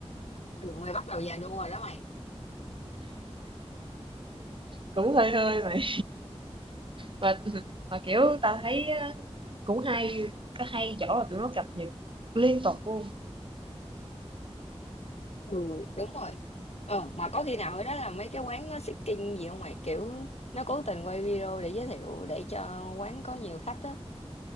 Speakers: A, on the left (about 75°); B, on the right (about 50°).
A: Trường mày bắt đầu già nua rồi đó mày.
B: Cũng hơi hơi mày. và mà kiểu tao thấy á, cũng hay có hay chỗ là tụi nó cập nhật liên tục luôn.
A: Ừ, đúng rồi. Ờ, mà có khi nào ở đó là mấy cái quán nó seeking gì không mày? Kiểu nó cố tình quay video để giới thiệu để cho quán có nhiều khách á.